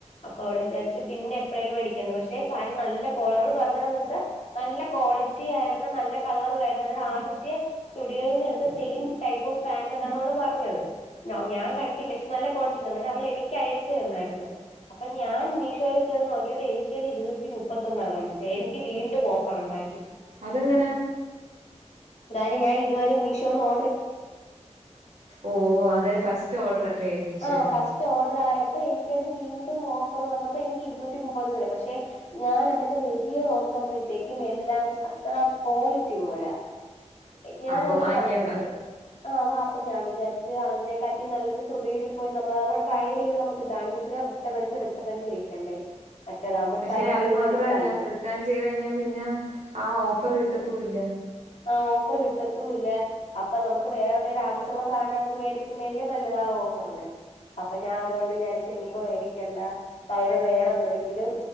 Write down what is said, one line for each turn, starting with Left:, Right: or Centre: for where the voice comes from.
Left: അപ്പൊ അവള് വിചാരിച്ച് പിന്നെ എപ്പോഴെങ്കിലും മേിക്കുന്നത് പക്ഷേ കാര്യംല്ല കോ അവള് പറഞ്ഞതന്ന് വെച്ചാൽ നല്ല ക്വാളിറ്റി ആയിരുന്നു നല്ല കളറു ആയിരുന്നു ആദ്യത്തെ സ്റ്റുഡിയോയിൽ നിന്ന് എടുത്ത സെയിം ടൈപ്പും പാന്റന്നന്നോള് പറഞ്ഞത് ഞാവ് ഞാൻ കണ്ടില്ല ക്ഷെ നല്ല ക്വാളിറ്റിന്ന് ങ്ങനെ അവള് എനിക്ക് അയച്ച്തന്നായിരുന്ന്അപ്പ ഞാൻ മീഷോല് യർ നോക്കിയപ്പോ എനിക്കരു ഇരുന്നൂറ്റി മുപ്പത്തൊന്നാ കാണിച്ചേ എനിക്ക് വീണ്ടും ഓഫർ ഉണ്ടായിരുന്നു
Right: അതെങ്ങനാ
Left: ന്തായാലുംഞാൻ ഇതുവരെ മീഷോന്ന്ഓ
Right: ഓ അതെഫസ്റ്റ് ഓർഡർല്ലേ മി ഷോന്ന്
Left: ആഹ് ഫസ്റ്റ് ഓർഡർ ആയപ്പോ എനിക്കത് വീണ്ടും ഓഫർ വന്നപ്പോ എനിക്ക് ഇരുന്നൂറ്റി മുപ്പത് വരെ പക്ഷെ ഞാൻ അതിന്റെ റിവ്യൂ നോക്കുമ്പോഴത്തേക്കും എല്ലാം ഒരാ ക്വാളിറ്റി പോര ഞാനതില്
Right: അപ്പൊ വാങ്ങിക്കണ്ട
Left: കണ്ടേല് ആഹ് വപ്പ ഞാൻ വിചാരിച്ച് അതിനെ കാട്ടി നല്ലത് സുഡിയോയിൽ പോയി നമ്മ അവ ട്രൈ ചെയ്ത് നമക്ക ഇതാണെങ്കി പിന്നെ ട്ടടച്ച് റിട്ടേൺ അടിച്ചിരിക്കണ്ടേ മറ്റതാകുമ്പോ
Right: പക്ഷെ
Left: ട്രയല്
Right: അത്
Left: യ്ത്
Right: മാത്രല്ല
Left: എടുക്കാലോ
Right: റിട്ടേൺ ചെയ്ത് കഴിഞ്ഞാൽ പിന്നെ ആ ഓഫർ കിട്ടത്തുല്ല
Left: ആഹ് ഓഫറ് കിട്ടത്തൂല്ല അപ്പം നമുക്ക് വേറെ എന്തെങ്കിലും ആവശ്യള്ള സാധനം അത് വേടിക്കുന്നതില് നല്ലതാ ഓഫറിന് അപ്പൊ ഞാൻ അതുണ്ട് വിചാരിച്ച് ഇനിയിപ്പോ മേടിക്കണ്ട പകരം വേറെ എന്തെങ്കിലും